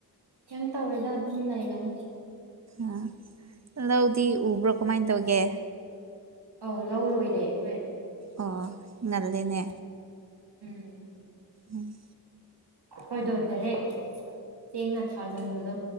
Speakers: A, on the right (about 80°); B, on the right (about 40°).
A: ꯀꯩꯝ ꯇꯧꯔꯣꯏꯗ ꯑꯗꯨꯝ ꯂꯩꯒꯅꯤ
B: ꯑꯥ ꯂꯧꯗꯤ ꯎꯕ꯭ꯔꯣ ꯀꯃꯥꯏ ꯇꯧꯒꯦ
A: ꯑꯧ ꯂꯧ ꯂꯣꯏꯔꯦ ꯑꯩꯈꯣꯏ
B: ꯑꯣ ꯉꯜꯂꯦꯅꯦ
A: ꯎꯝ
B: ꯎꯝ
A: ꯑꯩꯈꯣꯏꯗꯣ ꯗꯥꯏꯔꯦꯛ ꯆꯦꯡꯅ ꯊꯥꯖꯤꯟꯕꯗꯣ